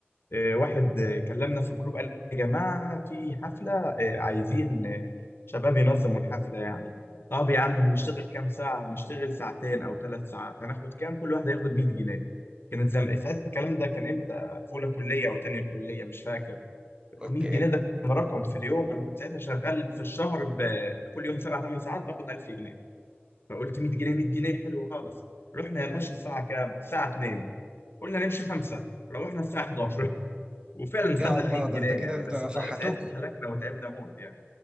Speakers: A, on the left; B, on the right.
A: آه، واحد آه، كلمنا في الجروب قال يا جماعة في حفلة آه، عايزين آه، شباب ينظموا الحفلة يعني طب يا عم هنشتغل كام ساعة هنشتغل ساعتين أو ثلاث ساعات هناخد كام كل واحد هياخد 100 جنيه كانت زم... ساعتها الكلام ده كان امتى في أولى كلية أو تانية كلية مش فاكر
B: اوكي
A: 100 جنيه ده كان رقم في اليوم أنا كنت ساعتها شغال في الشهر ب... كل يوم سبع ثمان ساعات باخد 1000 جنيه فقلت 100 جنيه 100 جنيه حلو خالص رحنا يا باشا الساعة كام؟ الساعة 2 قلنا نمشي خمسة روحنا الساعة 11 وفعلا خدنا
B: يا الله
A: 100 جنيه
B: ده انت كده
A: يعني
B: انت
A: بس
B: فحتوكوا
A: ط- ساعتها اتهلكنا وتعبنا موت يعني